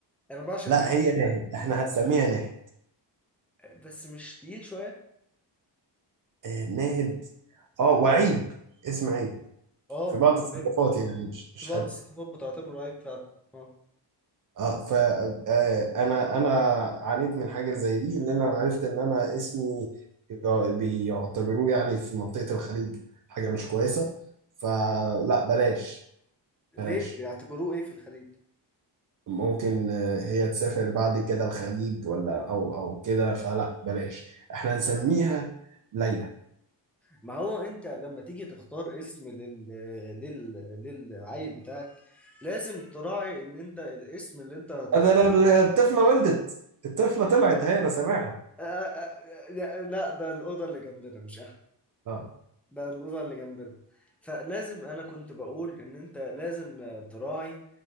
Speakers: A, in the centre; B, on the right.
A: انا بعشق
B: لا
A: نهدي
B: هي
A: السباعي
B: ناهد احنا هنسميها ناهد
A: آه، بس مش تقيل شويه
B: آه ناهد اه وعيب اسم عيب
A: اه
B: في بعض الثقافات
A: ايوه
B: يعني مش مش
A: في بعض
B: حلو
A: الثقافات بتعتبره عيب فعلا اه
B: اه ف آه، انا انا عانيت من حاجه زي دي ان انا عرفت ان انا اسمي يع- بيعتبروه يعني في منطقه الخليج حاجه مش كويسه فلا بلاش
A: ليه
B: بلاش
A: بيعتبروه ايه في الخليج
B: ممكن آه، هي تسافر بعد كده الخليج ولا او او كده فلا بلاش احنا نسميها ليلى
A: ما هو انت لما تيجي تختار اسم لل... لل... للعيل بتاعك لازم تراعي ان انت الاسم اللي انت هتختار
B: انا أنا- الطفله ولدت الطفله طلعت هي انا سامعها
A: آه آه آه لا ده الأوضة اللي جنبنا مش أنا
B: اه
A: ده الأوضة اللي جنبنا فلازم أنا كنت بقول إن أنت لازم آه، تراعي